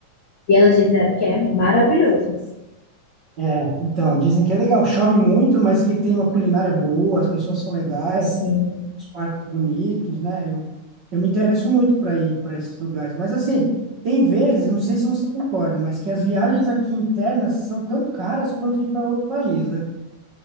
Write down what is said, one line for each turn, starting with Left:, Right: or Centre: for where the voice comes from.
Left: E elas disseram que é maravilhoso.
Right: É, então, dizem que é legal. Chove muito, mas que tem uma culinária boa, as pessoas são legais.
Left: Sim.
Right: os parques bonitos, né? Eu, eu me interesso muito para ir para esses lugares. Mas, assim, tem vezes, não sei se você concorda, mas que as viagens aqui internas são tão caras quanto ir para outro país, né?